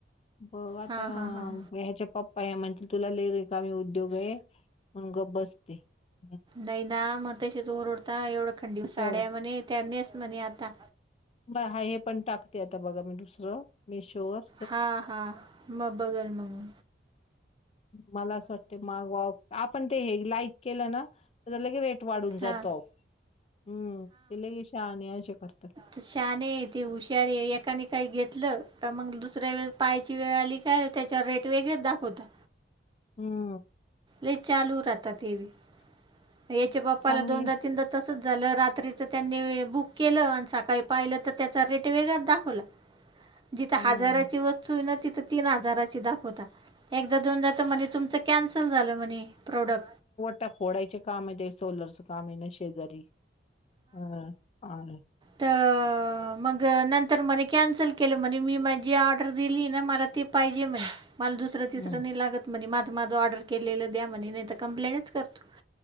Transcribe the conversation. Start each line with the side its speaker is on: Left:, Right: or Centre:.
Left: बघू
Right: हां
Left: आता
Right: हां हां
Left: ह्याच्ये प प्पा म्हणतील तुला लय रीकामी उद्योग आहे, म्हणून गप बसते. हम्म.
Right: नाही ना म तशेच ओरडता एवढं खंडभव साड्या
Left: हे बघा
Right: म्हणे त्या नेस म्हणे आता.
Left: पहा हे पण टाकते आता बघा मी दुसरं मिशोवर.
Right: हा हा, म बघल मंग.
Left: मला आसं वाटत मागवाव आपण ते हे लाईक केलं ना, तेजा लगे रेट वाढून जातो
Right: हा
Left: आहो, हम्म ते लई शहाने आशे करतात.
Right: ते शहाने आहे ते हुशार आहे एकाने काही घेतलं का मंग दुसऱ्या वेळी पहाची वेळ आली का तेच्या वर रेट वेगळे दाखवतात.
Left: हम्म,
Right: लई चालू राहता ते बी.
Left: <inaudible>
Right: हेच्या पप्पाला
Left: चांगले
Right: दोनदा तीनदा तसच झालं रात्रीच त्यांनी बुक केलं, आण सकाळी पाहिलं त त्याचा रेट वेगळाच दाखवला. जिथं
Left: हम्म
Right: हाजाराची वस्तू हे ना तिथं तीन हाजाराची दाखवता. एकदा दोनदा त म्हणे तुमचं कॅन्सल झालं म्हणे प्रोडक
Left: टा फोडायचे काम आहे ते सोलरचं काम आहे ना शेजारी हा आहे.
Right: त मंग ग नंतर म्हने कॅन्सल केल म्हने मी माझी ऑर्डर दिली ना मला ती पाहिजे म्हणे, मला दूस दुसरं तिसरं
Left: हम्म
Right: नई लागत म्हणे माझ माझं ऑर्डर केलेलं द्या म्हणे नाही त कंप्लेनच करतो.